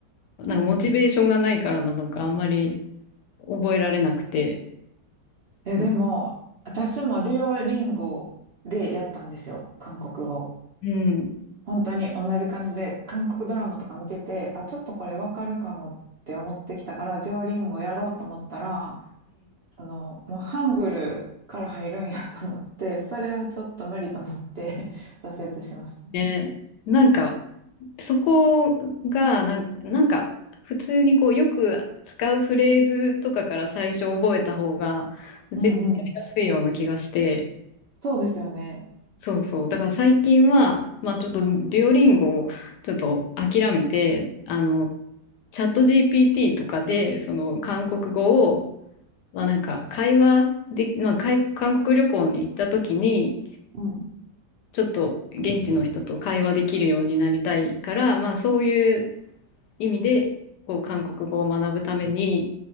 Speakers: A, on the left; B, on the right.
A: なんかモチベーションがないからなのか、あんまり覚えられなくて。
B: や、
A: うん
B: でも、私もデュオリンゴでやったんですよ、韓国語。
A: うん。
B: 本当に同じ感じで、韓国ドラマとか見てて、あ、ちょっとこれわかるかもって思ってきたから、デュオリンゴやろうと思ったら、その、もうハングルから入るんやと思って、それはちょっと無理と思って <laughs> 挫折しました。
A: ね。なんか、そこが、なん、なんか、普通にこう、よく使うフレーズとかから最初覚えた方が、絶対やりやすいような気がして。
B: うんうん。そうですよね。
A: そうそう。だから最近は、まあちょっと、デュオリンゴをちょっと諦めて、あの、チャット GPT とかで、その、韓国語を、まあなんか、会話で、まあ、かい韓国旅行に行った時に、
B: うん。
A: ちょっと現地の人と会話できるようになりたいから、まあそういう意味で、こう韓国語を学ぶために、